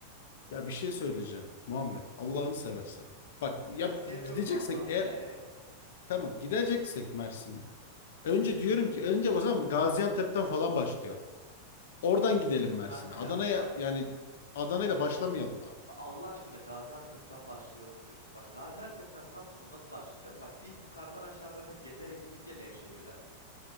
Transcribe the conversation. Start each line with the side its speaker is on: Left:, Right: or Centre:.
Left: Ya bir şey söyleyeceğim Muhammed Allah'ını seversen. Bak ya
Right: Ben seviyorum
Left: bir gideceksek
Right: Allah'ımı.
Left: eğer
Right: E
Left: tamam gideceksek Mersin'e. Önce diyorum ki önce o zaman Gaziantep'ten falan başlayalım. Oradan gidelim Mersin'e.
Right: kanka
Left: Adana'ya
Right: bak.
Left: yani Adana'yla
Right: Bak
Left: başlamayalım abi.
Right: bak Allah aşkına Gaziantep'ten başlayalım diyorsun. Bak Gaziantep'ten Samsun'a nasıl başlayacağız? Bak biz yukarıdan aşağı zaten gezerek indik ya Nevşehir'den.